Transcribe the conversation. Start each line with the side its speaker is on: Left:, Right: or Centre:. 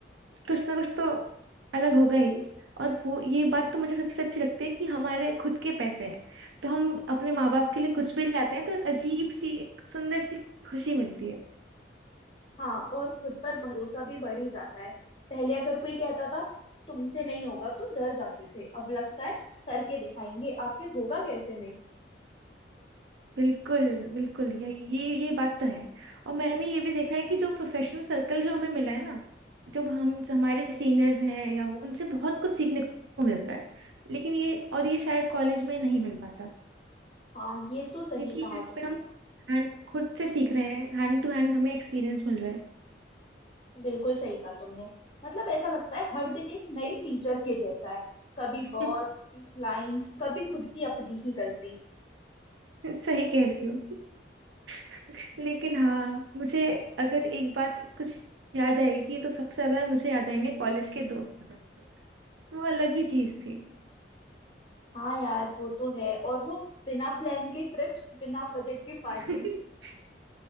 Right: कुछ ना कुछ तो अलग होगा ही और वो ये बात तो मुझे सबसे अच्छी लगती है कि हमारे खुद के पैसे हैं तो हम अपने माँ बाप के लिए कुछ भी लाते हैं तो एक अजीब सी एक सुंदर सी खुशी मिलती है
Left: हाँ और खुद पर भरोसा भी बढ़ ही जाता है पहले अगर कोई कहता था तुमसे नहीं होगा तो डर जाते थे अब लगता है करके दिखाएंगे आखिर होगा कैसे नहीं
Right: बिल्कुल बिल्कुल ये ये ये बात तो है और मैंने ये भी देखा है कि जो प्रोफेशनल सर्कल जो हमें मिला है ना जो हम जो हमारे
Left: हम्म,
Right: सीनियर्स हैं या वो उनसे बहुत कुछ सीखने को मिलता है लेकिन ये और ये शायद कॉलेज में नहीं मिल पाता
Left: हाँ ये तो सही
Right: क्योंकि
Left: कहा
Right: यहाँ
Left: तुमने
Right: पे हम हैंड खुद से सीख रहे हैं हैंड टू हैंड हमें एक्सपीरियंस मिल रहा है
Left: बिल्कुल सही कहा तुमने मतलब ऐसा लगता है हर दिन एक नए टीचर के जैसा है कभी
Right: <laughs>
Left: बॉस कभी क्लाइंट कभी खुद की अपनी ही गलती
Right: सही कह रही हो <laughs> लेकिन हाँ मुझे अगर एक बात कुछ याद आएगी तो सबसे ज्यादा मुझे याद आएंगे कॉलेज के दोस्त वो अलग ही चीज थी
Left: हाँ यार वो तो है और वो बिना प्लान के ट्रिप्स बिना बजट के पार्टीज
Right: <laughs>